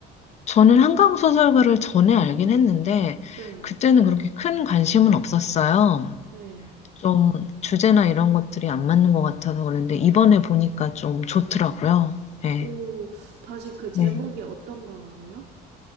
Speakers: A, on the left; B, on the right.
A: 저는 한강 소설가를 전에 알긴 했는데
B: 네.
A: 그때는 그렇게 큰 관심은 없었어요.
B: 네.
A: 좀 주제나 이런 것들이 안 맞는 것 같아서 그런데 이번에 보니까 좀 좋더라고요. 네.
B: 오, 다시 그 제목이
A: 네.
B: 어떤 거라고요?